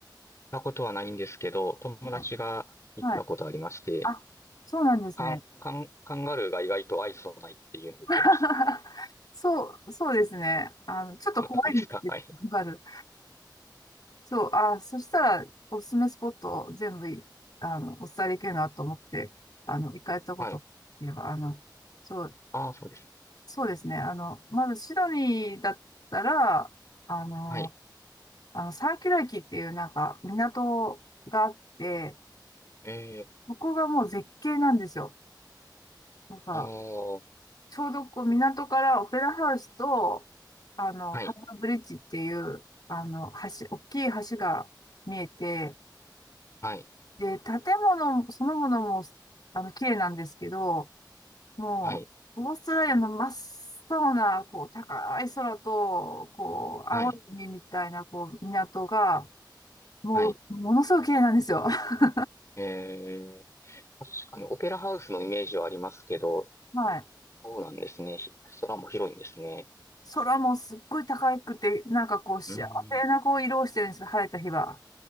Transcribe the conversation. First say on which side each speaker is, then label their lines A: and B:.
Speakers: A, on the left; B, on the left.
A: たことはないんですけど、友達が行ったことありまして、
B: はい。はいあ、そうなんですね。
A: カン、カン、カンガルーが意外と愛想ないっていうのを言ってました。
B: <laughs> そう、そうですね。あの、ちょっと怖いんですけど、
A: <laughs> そうなんですかはい。
B: わかる。そう、あ、そしたら、おすすめスポットを全部い、あの、お伝えできるなと思って、あの、行かれたことっていうか、
A: はい。
B: あの、そう、
A: ああ、そうですね。
B: そうですね。あの、まずシドニーだったら、あの、
A: はい。
B: あの、サーキュラ駅っていうなんか港があって、
A: ええ、
B: そこがもう絶景なんですよ。なんか、
A: ああ、は
B: ちょうどこう港からオペラハウスと、あの、ハーバーブリッジっていう、
A: い、
B: あの、橋、大きい橋が見えて、
A: はい、
B: で、建物そのものも、あの、綺麗なんですけど、もう、
A: はい、
B: オーストラリアの真っ青な、こう、高い空と、こう、
A: はい、
B: 青い海みたいな、こう、港が、もう、
A: はい。
B: ものすごく綺麗なんですよ。<laughs>
A: ええ、確かにオペラハウスのイメージはありますけど、
B: はい。
A: そうなんですね。ひ空も広いんですね。
B: 空もすっごい高くて、なんかこう、幸せなこう、
A: うん。
B: 色をしてるんですよ、晴れた日は。